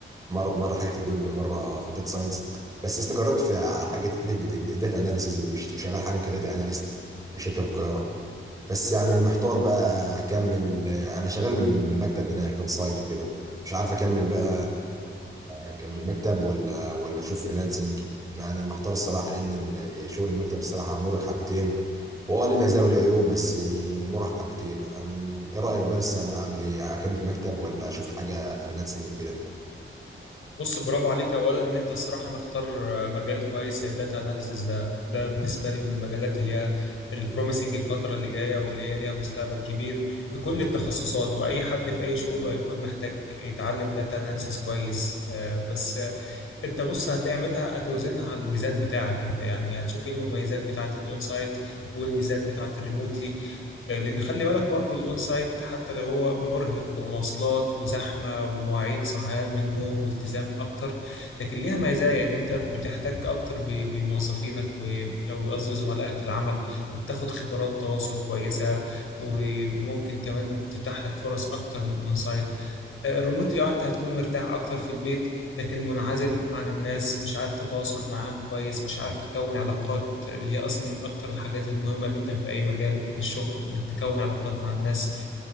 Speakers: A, on the right; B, on the left.
A: مره مره حاجه في الويب مره في الداتا ساينس بس استقريت في على حاجه حته داتا اناليسيز وشغال حاجه كداتا اناليست في شركه في القاهره بس يعني محتار بقى اكمل انا شغال من من المكتب هناك اون سايت وكده مش عارف اكمل بقى اكمل مكتب ولا ولا اشوف فريلانسنج يعني محتار الصراحه لان شغل المكتب الصراحه مرهق حبتين واه ليه مزايا وليه عيوب بس مرهق حبتين أم- ايه رايك بس انا اعمل ايه اكمل في مكتب ولا اشوف حاجه فريلانسنج وكده
B: بص برافو عليك اولا ان انت الصراحه مختار مجال كويس زي داتا اناليسيس ده ده بالنسبه لي من المجالات اللي هي البروميسنج الفتره اللي جايه واللي هي ليها مستقبل كبير في كل التخصصات واي حد في اي شغل هيكون محتاج يتعلم داتا اناليسيس كويس آه، بس انت بص هتعملها هتوزنها على الميزان بتاعك انت يعني هتشوف ايه المميزات بتاعه الاون سايت والميزات بتاعه الريموتلي آه، لان خلي بالك برضو الاون سايت حتى لو هو مرهق ومواصلات وزحمه ومواعيد صحيان من النوم والتزام اكتر لكن ليها مزايا ان انت بتحتك اكتر ب- بموظفينك و- او قصدي زملائك في العمل وبتاخد خبرات تواصل كويسه وممكن كمان تتاح لك فرص اكتر من اون سايت ريموتلي اه انت هتكون مرتاح اكتر في البيت لكن منعزل عن الناس مش عارف تتواصل معاهم كويس مش عارف تكون علاقات اللي هي اصلا من اكتر الحاجات المهمة جدا في اي مجال في الشغل انك تكون علاقات مع الناس